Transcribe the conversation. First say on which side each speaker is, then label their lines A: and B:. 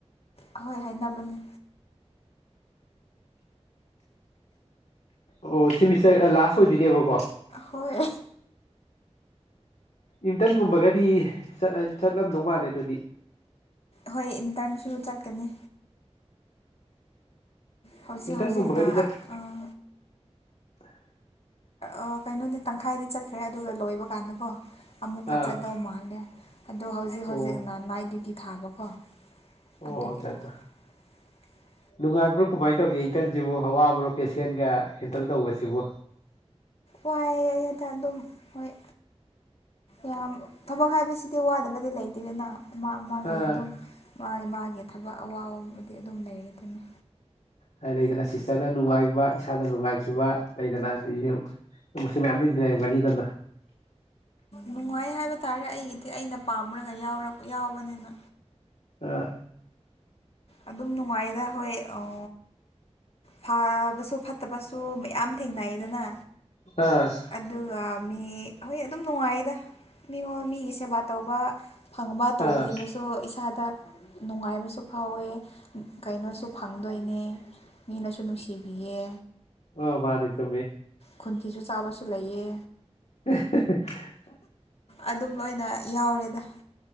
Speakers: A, on the left (about 60°); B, on the left (about 75°).
A: ꯑꯍꯣꯏ ꯍꯥꯏꯅꯕꯅꯦ
B: ꯑꯣ ꯁꯤ ꯃꯤꯁꯇꯔ ꯂꯥꯁ ꯑꯣꯏꯗꯣꯏꯅꯦꯕꯀꯣ
A: ꯍꯣꯏ
B: ꯏꯝꯇꯟ ꯒꯨꯝꯕꯒꯗꯤ ꯆꯠꯂꯝꯗꯧ ꯃꯥꯜꯂꯦ ꯑꯗꯨꯗꯤ
A: ꯍꯣꯏ ꯏꯟꯇꯔꯟꯁꯨ ꯆꯠꯀꯅꯤ ꯍꯧꯖꯤꯛ
B: ꯏꯟꯇꯔꯟꯒꯨꯝꯕꯒꯗꯤ
A: ꯍꯧꯖꯤꯛꯅ
B: ꯆꯠ
A: ꯑꯥ
B: <unintelligible>
A: ꯑꯥ ꯀꯩꯅꯣꯗꯤ ꯇꯪꯈꯥꯏꯗꯤ ꯆꯠꯈ꯭ꯔꯦ ꯑꯗꯨꯒ ꯂꯣꯏꯕ ꯀꯥꯟꯗꯀꯣ ꯑꯃꯨꯛꯀ
B: ꯑꯥ
A: ꯆꯠꯗꯧ ꯃꯥꯜꯂꯦ ꯑꯗꯣ ꯍꯧꯖꯤꯛ ꯍꯧꯖꯤꯛꯅ
B: ꯑꯣ
A: ꯅꯥꯏꯠ ꯗ꯭ꯌꯨꯇꯤ ꯊꯥꯕꯀꯣ
B: ꯑꯣ
A: ꯑꯗꯨꯒꯤ
B: ꯆꯥꯆꯥ
A: <inaudible>
B: ꯅꯨꯡꯉꯥꯏꯕ꯭ꯔꯣ ꯀꯃꯥꯏꯅ ꯇꯧꯒꯦ ꯏꯟꯇꯔꯟꯁꯤꯕꯨ ꯋꯥꯕ꯭ꯔꯣ ꯄꯦꯁꯦꯟꯒ ꯍꯦꯟꯗꯜ ꯇꯧꯕꯁꯤꯕꯨ
A: ꯋꯥꯏ ꯍꯦꯗ ꯑꯗꯨꯝ ꯍꯣꯏ ꯌꯥꯝ ꯊꯕꯛ ꯍꯥꯏꯕꯁꯤ ꯗꯤ ꯋꯥꯗꯕꯗꯤ ꯂꯩꯇꯦꯗꯅ ꯃꯥ ꯃꯥꯒꯤ
B: ꯑꯥ
A: ꯑꯗꯨꯝ ꯃꯥꯒꯤ ꯃꯥꯒꯤ ꯊꯕꯛ ꯑꯋꯥꯕꯕꯨꯗꯤ ꯑꯗꯨꯝ ꯂꯩꯌꯦꯗꯅ
B: ꯍꯥꯏ ꯂꯩꯗꯅ ꯁꯤꯁꯇꯔꯗ ꯅꯨꯡꯉꯥꯏꯕ ꯏꯁꯥꯗ ꯅꯨꯡꯉꯥꯏꯈꯤꯕ ꯂꯩꯗꯅ ꯑꯗꯩꯁꯨ ꯁꯨꯝ ꯌꯥꯝ ꯂꯩ ꯂꯩꯔꯝꯒꯅꯤꯗꯅ
A: ꯅꯨꯡꯉꯥꯏ ꯍꯥꯏꯕ ꯇꯥꯔꯦ ꯑꯩꯒꯤꯗꯤ ꯑꯩꯅ ꯄꯥꯝꯔꯒ ꯌꯥꯎꯔ ꯌꯥꯎꯕꯅꯤꯅ
B: ꯑꯥ
A: ꯑꯗꯨꯝ ꯅꯨꯡꯉꯥꯏꯗ ꯍꯣꯏ ꯑꯣ ꯐꯥꯕꯁꯨ ꯐꯠꯇꯕꯁꯨ ꯃꯌꯥꯝ ꯊꯦꯡꯅꯩꯗꯅ
B: ꯑꯥ
A: ꯑꯗꯨꯒ ꯃꯤ ꯍꯣꯏ ꯑꯗꯨꯝ ꯅꯨꯡꯉꯥꯏꯌꯦꯗ ꯃꯤꯉꯣꯟ ꯃꯤꯒꯤ ꯁꯦꯕꯥ ꯇꯧꯕ ꯐꯪꯕ ꯇꯧꯕꯤꯕꯁꯨ
B: ꯑꯥ
A: ꯏꯁꯥꯗ ꯅꯨꯡꯉꯥꯏꯕꯁꯨ ꯐꯥꯎꯋꯦ ꯀꯩꯅꯣꯁꯨ ꯐꯪꯗꯣꯏꯅꯦ ꯃꯤꯅꯁꯨ ꯅꯨꯡꯁꯤꯕꯤꯌꯦ
B: ꯑꯥ ꯃꯥꯅꯤ ꯆꯨꯝꯃꯤ
A: ꯈꯣꯟꯊꯤꯁꯨ ꯆꯥꯕꯁꯨ ꯂꯩꯌꯦ
B: <unintelligible>
A: ꯑꯗꯨꯝ ꯂꯣꯏꯅ ꯌꯥꯎꯔꯦꯗ